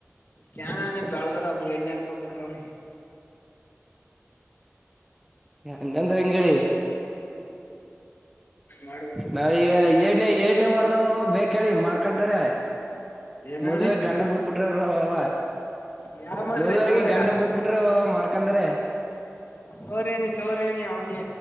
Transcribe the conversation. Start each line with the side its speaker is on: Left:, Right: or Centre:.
Left: ಕಾನ ಬೆಳದ್ರ ಎಣ್ಣಾರ್ ಕೊಡ್ಬಿಟ್ರ ಅವ ನೀ
Centre: ಹಂಗಂದ ಹೆಂಗ ಹೇಳಿ
Left: ಮಾಡ್ಬೇಕು
Centre: ನಾವೀಗ ಏಡ್ನೇ ಏಡ್ನೇ ವಾರದಾವ ಬೇಕ ಹೇಳಿ ಮಾಡ್ಕಳ್ತಾರೆ
Left: ಏನ್
Centre: ಮದುವೆಗೆ
Left: ಹೇಳಿ
Centre: ಗಂಡ ಬಿಟ್ಬಿಟ್ಟು ಅವ್ರ
Left: ಯಾ ಮಾಡ್ರಿ
Centre: ಮದುವೆ ಆಗಿ
Left: ತೋರಿ
Centre: ಗಂಡ ಬಿಟ್ಬಿಟ್ರೆ ಮಾರ್ ಯಾಕಂದ್ರೆ
Left: ಚರೆೇನ ಚೋರೇ ನೀ ಅವ ನೀ